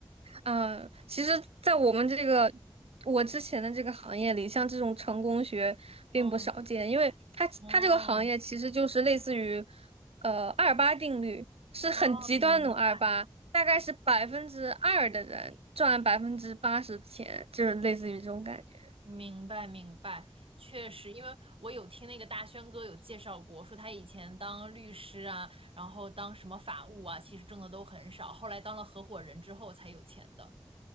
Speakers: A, on the right; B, on the right.
A: 嗯，其实，在我们这个我之前的这个行业里，像这种成功学并不少见，
B: 嗯，
A: 因为它它这个行业其实就是类似于
B: 哦
A: 呃二八定律，是很极端的二八，
B: 哦，明白。
A: 大概是百分之二的人赚百分之八十的钱，就是类似于这种感觉。
B: 明白明白，确实，因为我有听那个大轩哥有介绍过，说他以前当律师啊，然后当什么法务啊，其实挣的都很少，后来当了合伙人之后才有钱的。